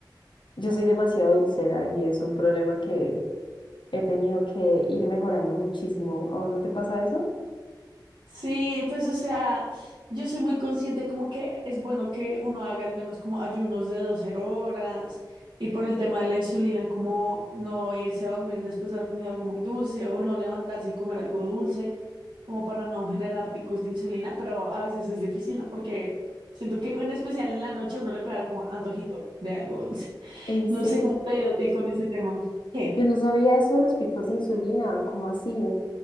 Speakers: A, on the left; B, on the right.
A: yo soy demasiado dulcera y es un problema que he tenido que ir mejorando muchísimo. ¿A vos no te pasa eso?
B: Sí, pues o sea, yo soy muy consciente como que es bueno que uno haga al menos como ayunos de 12 horas y por el tema de la insulina, como no irse a dormir después de haber comido algo muy dulce o no levantarse y comer algo dulce, como para no generar picos de insulina, pero a veces es difícil, ¿no? Porque siento que en especial en la noche a uno le puede dar como antojito de algo dulce. <laughs>
A: ¿En
B: No
A: serio?
B: sé cómo te ha ido a ti con este tema. ¿Qué?
A: Yo no sabía eso de los picos de insulina. ¿Cómo así?